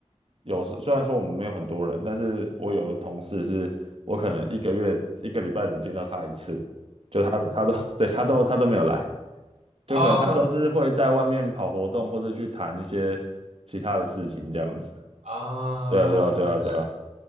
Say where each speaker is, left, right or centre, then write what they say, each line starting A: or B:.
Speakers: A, on the right; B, on the right.
A: 有时虽然说我们没有很多人，但是我有的同事是我可能一个月一个礼拜只见到他一次，就他他都 <laughs> 对他都他都没有来，就可能他都是会在外面跑活动或者去谈一些其他的事情这样子。
B: 哦 <laughs>，啊，
A: 对啊，对啊，对啊，
B: 那
A: 对啊，